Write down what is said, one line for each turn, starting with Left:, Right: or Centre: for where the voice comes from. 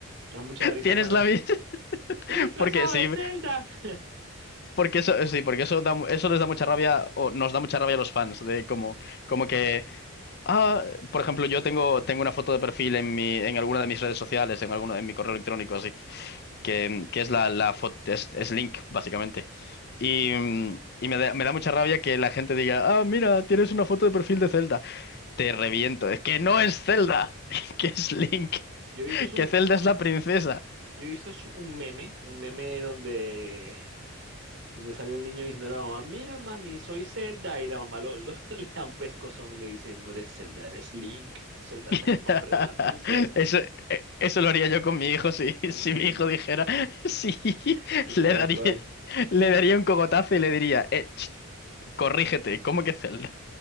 Right: me da mucha risa
Left: Tienes
Right: cuando
Left: la misma. <laughs>
Right: estoy disfrazado
Left: Porque sí,
Right: de Zelda. <laughs>
Left: porque eso, sí, porque eso da mu- eso les da mucha rabia, o nos da mucha rabia a los fans, de como, como que Ah, por ejemplo, yo tengo, tengo una foto de perfil en mi, en alguna de mis redes sociales, en alguno, en mi correo electrónico, así, que, que es la, la foto, es, es link, básicamente. Y, mm, y me da, me da mucha rabia que la gente diga, ah, mira, tienes una foto de perfil de Zelda. Te reviento, es que no es Zelda, <laughs> que es Link,
Right: Yo he visto es un,
Left: que Zelda es la princesa.
Right: yo he visto es un meme, un meme donde, donde sale el niño diciendo a la mamá, mira mami, soy Zelda, y la mamá lo, lo- <laughs> le da un pescozón y le dice, no eres Zelda, eres Link, Zelda
Left: <laughs>
Right: es el nombre de la princesa.
Left: Eso, eh, eso lo haría yo con mi hijo si, <laughs>
Right: <laughs>
Left: si
Right: Sí.
Left: mi hijo dijera, <laughs> sí,
Right: Es que es
Left: le
Right: tal
Left: daría,
Right: cual.
Left: le daría un cogotazo y le diría, eh, ch. Corrígete, ¿cómo que Zelda?